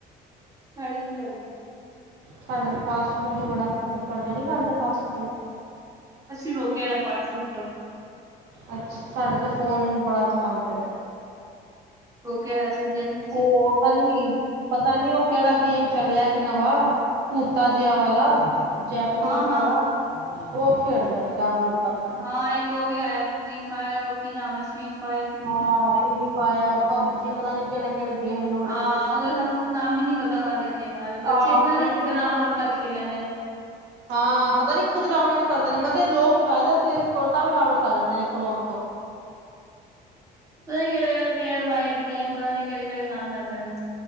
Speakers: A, on the right; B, on the right.
A: ਸਾਡੇ ਨਈ ਲੜਦੇ।
B: ਸਾਡੇ ਤੇ, ਫਾਸਟ -ਫੂਡ ਹੀ ਬੜਾ ਖਾਂਦੇ, ਤੁਹਾਡੇ ਨਈ ਖਾਂਦੇ ਫਾਸਟ- ਫੂਡ
A: ਅਸੀਂ ਰੋਕਿਆ, ਦਾ ਫਾਸਟ- ਫੂਸਟ ਤੋਂ
B: ਅੱਛਾ, ਸਾਡੇ ਤੇ ਫੋਨ, ਬੜਾ ਚਲਾਦੇ ਨੇ,
A: ਕੋਲਡ ਵੈਸੇ ਨਈ ਦੇਣੀ
B: ਉਹ ਪ ਨੀ ਪਤਾ ਨਈ, ਉਹ ਕਿਹੜਾ ਗੇਮ ਚਲਿਆ ਇੱਕ ਨਵਾਂ ਭੂਤਾ ਜਿਆ ਵਾਲਾ, ਜੈਪਨੀਜ਼
A: ਹਾਂ
B: ਵਾਲਾ,
A: ਹਾਂ
B: ਉਹ ਖੇਡਦੇ ਨੇ ਡਾਊਨਲੋਡ ਕਰਕੇ
A: ਹਾਂ ਇੱਕ ਉਹ ਵੀ ਆਇਆ, ਫੀ ਫਾਇਰ ਕੀ ਨਾਮ ਏ ਸੀ ਫਾਇਰ
B: ਹਾਂ
A: ਕੀ ਨਾਮ ਏ
B: ਫ੍ਰੀ ਫਾਇਰ ਪਬਜੀ, ਪਤਾ ਨੀ ਕਿਹੜੇ ਕਿਹੜੇ ਗੇਮ ਲੋਡ
A: ਹਾਂ
B: ਕੀਤੇ,
A: ਉਹਦਾ ਸਾਨੂੰ ਨਾਮ ਹੀ ਨੀ ਪਤਾ ਉਹਨਾਂ ਦੇ ਗੇਮਾਂ ਦੇ ਬੱਚੇ
B: ਆਹੋ
A: ਪਤਾ ਨੀ
B: ਮੈਨੂੰ
A: ਕਿੱਦਾਂ
B: ਤੇ ਨਾਮ
A: ਡਾਊਨਲੋਡ
B: ਨਈ
A: ਕਰਕੇ
B: ਪਤਾ <inaudible>
A: ਖੇਲ ਲੈਂਦੇ ਨੇ
B: ਹਾਂ ਪਤਾ ਨਈ ਇੱਕ ਤਾਂ ਡਾਊਨਲੋਡ ਕਰਦੇ ਨੇ, ਮੈ ਤੇ ਲੋਕ ਲਵਾਇਆ ਪਲੇ ਸਟੋਰ, ਤਾਂਵੀ ਡਾਊਨਲੋਡ ਕਰ ਲੈਂਦੇ ਨੇ ਕ੍ਰੋਮ ਤੋਂ
A: ਪਤਾ ਨਈ ਕਿਹੜੇ -ਕਿਹੜੇ ਵੇਅਰ ਬਾਏ ਇੰਡੀਆ ਪਤਾ ਨਈ ਕਿਹੜੇ -ਕਿਹੜੇ ਨਾਮ ਲੈਂਦੇ ਪਏ ਨੇ